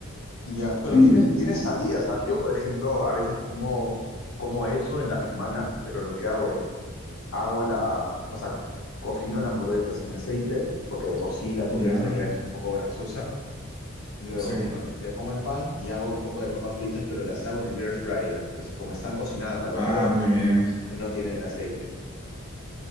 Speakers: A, on the left (about 80°); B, on the left (about 20°).
A: Ya, pero
B: Mm.
A: tienes, tienes salidas, ¿ah? Yo, por ejemplo, a veces como, como eso en la semana, pero lo que hago es, hago la, o sea, cocino la hamburguesa sin aceite, porque de por sí la hamburguesa
B: Ya,
A: ya es un poco grasosa. Luego,
B: sí.
A: bueno, le, le pongo el pan y hago un poco de papas fritas, pero las hago en el air fryer. Entonces, como están cocinadas al
B: Ah,
A: vapor,
B: muy bien.
A: no tienen el aceite.